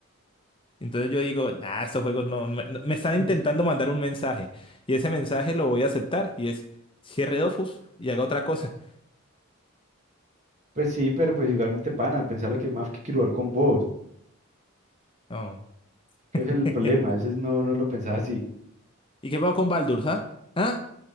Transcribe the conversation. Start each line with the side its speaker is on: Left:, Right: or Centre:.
Left: Entonces yo digo, nah, estos juegos no, me no- me están
Right: <laughs>
Left: intentando mandar un mensaje y ese mensaje lo voy a aceptar y es cierre Dofus y haga otra cosa.
Right: Pues sí, pero pues igualmente, pana, pensar lo que más que quiero jugar con vos,
Left: No.
Right: que es el
Left: <laughs>
Right: problema, a veces no, no lo pensaba así.
Left: ¿Y qué pasó con Baldur's, ah? ¿Ah?